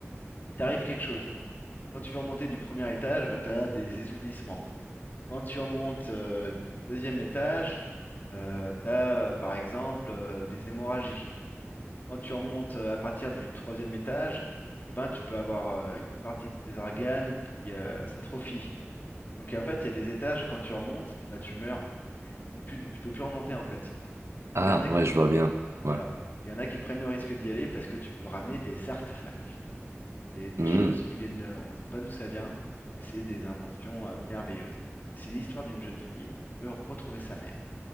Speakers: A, on the left (about 40°); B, on the right (about 70°).
A: il t'arrive quelque chose. Quand tu veux remonter du premier étage, bah, tu as des étourdissements. Quand tu remontes euh, du deuxième étage, tu as, par exemple, euh, des hémorragies. Quand tu remontes euh, à partir du troisième étage, eh ben, tu peux avoir euh, une partie de tes organes qui euh, s'atrophie. Donc en fait, il y a des étages, quand tu remontes, eh ben, tu meurs. Tu, tu peux plus, tu peux plus remonter en fait, si tu veux.
B: Ah,
A: Il y en a, qui-
B: ouais, je vois bien.
A: voilà.
B: Ouais.
A: Il y en a qui prennent le risque d'y aller parce que tu peux ramener des artefacts. Et des
B: Mmh.
A: choses qui viennent, euh, on ne sait pas d'où ça vient, mais c'est des inventions euh, merveilleuses. Et c'est l'histoire d'une jeune fille qui veut retrouver sa mère,